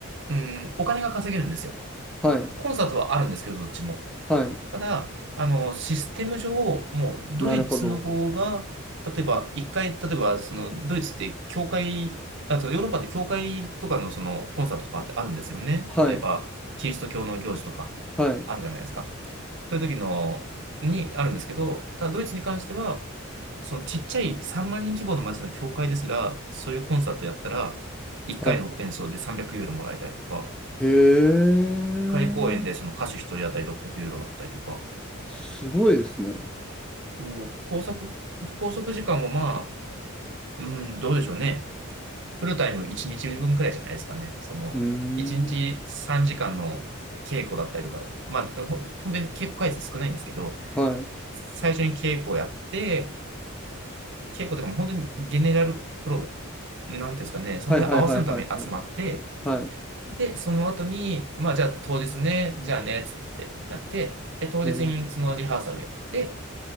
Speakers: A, on the right (about 55°); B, in the centre.
A: うん、お金が稼げるんですよ。
B: はい、
A: コンサートはあるんですけど、どっちも。
B: はい。
A: ただ、あの、システム上、もうドイツの方が、
B: なるほど。
A: 例えば、一回、例えば、その、ドイツって、教会、あとヨーロッパで教会とかのそのコンサートとかってあるんですよね。
B: はい、
A: 例えば、キリスト教の行事とか、
B: はい、
A: あるじゃないですか。そういう時の、にあるんですけど、ただドイツに関しては、そのちっちゃい3万人規模の街の教会ですら、そういうコンサートやったら、1回の演奏で300ユーロもらえたりとか、
B: はい。へえ、
A: 1回公演でその歌手1人当たり600ユーロだったりとか、
B: すごいですね。う
A: そう拘束、拘束時間もまあ、うん、どうでしょうね。フルタイム1日分くらいじゃないですかね。その、
B: ーん。
A: 1日3時間の稽古だったりとか、まあ、ほんとに稽古回数少ないんですけど、
B: は
A: 最初に稽古をやって、稽古とかも本当にゲネラルプロ、なんていうんですかね、その時合わせのために集まって、
B: い、はい、はい、はい、はい、はい。は
A: で、その後に、まあ、じゃあ当日ね、じゃあね、つって言って、なって、で、当日にそのリハーサルやって、
B: い。へえ、